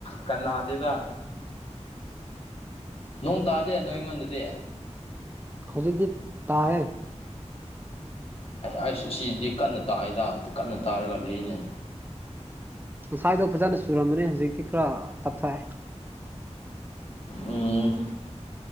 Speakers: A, on the left; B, on the right.
A: ꯀꯅꯥꯗꯦꯗ ꯅꯣꯡ ꯇꯥꯗꯦ ꯅꯣꯏ ꯉꯣꯟꯗꯗꯤ
B: ꯍꯧꯖꯤꯛꯇꯤ ꯇꯥꯑꯦ
A: ꯑꯩꯁ ꯁꯤꯗꯤ ꯀꯟꯅ ꯇꯥꯛꯏꯗ ꯀꯟꯅ ꯇꯥꯔꯒ ꯂꯤꯔꯤꯅꯦ
B: ꯉꯁꯥꯏꯗꯣ ꯐꯖꯅ ꯆꯨꯔꯝꯕꯅ ꯍꯧꯖꯤꯛꯇꯤ ꯈꯔ ꯇꯞꯊꯥꯑꯦ
A: ꯎꯝ